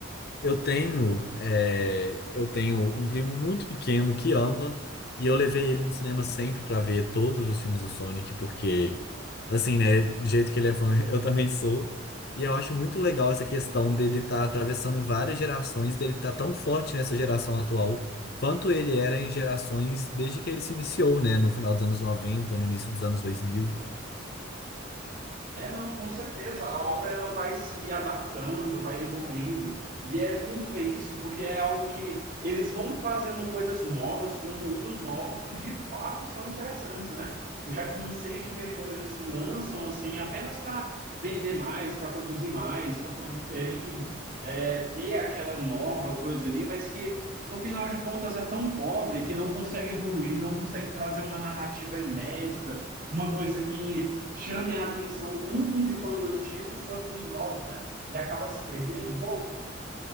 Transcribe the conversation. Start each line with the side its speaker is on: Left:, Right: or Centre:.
Left: Eu tenho, é, eu tenho um primo muito pequeno que ama, e eu levei ele no cinema sempre pra ver todos os filmes do Sonic, porque, assim, né, do jeito que ele é fã, <laughs> eu também sou. E eu acho muito legal essa questão dele estar tá atravessando várias gerações, dele estar tá tão forte nessa geração atual, quanto ele era em gerações desde que ele se iniciou, né, no final dos anos 90 no início dos anos dois mil
Right: É, não, com certeza. A obra ela vai se adaptando, vai evoluindo. E é lindo ver isso, porque é algo que eles vão fazendo coisas novas, conteúdos novos, que de fato são interessantes, né? Eu já cansei de ver coisas que lançam, assim, apenas para vender mais, para produzir mais, para poder, é, enfim, é, ter aquela nova coisa ali, mas que, no final de contas, é tão pobre que não consegue evoluir, não consegue trazer uma narrativa inédita, uma coisa que chame a atenção tanto de fãs antigos quanto dos novos, né? E acaba se perdendo um pouco.